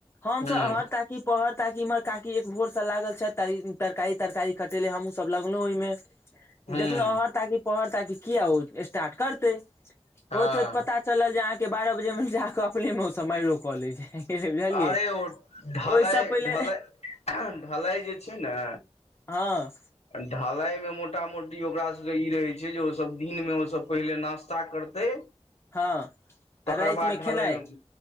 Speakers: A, on the left; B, on the left.
A: हमसब
B: हूँ
A: अहाँ ताकी पहर ताकी इम्हर काकी एक भोर सब लागल छै तऽ तरकारी तरकारी कटेेलै हमहुँ सब लगलौं ओहिमे
B: हूँ
A: देखलौं अहर ताकी पहर ताकी किया ओ स्टार्ट करतै
B: हँ
A: होइत होइत पता चलल जे अहाँ के बारह बजे मे जाकऽ अपने मे ओ सब माइरो कऽ लै छै बुझलियै
B: अरे ओ ढलाइ
A: ओहिसँ पहिले
B: ढलाइ ढलाइ जे छै ने
A: हँ
B: ढालई मे मोटा मोटी ओकरा सबके ई रहै छै जे ओ सब दिन मे ओ सब पहिले नास्ता कर तै
A: हँ
B: तकर
A: आ रातिमे
B: बाद ढलाइ
A: खेनाइ
B: मे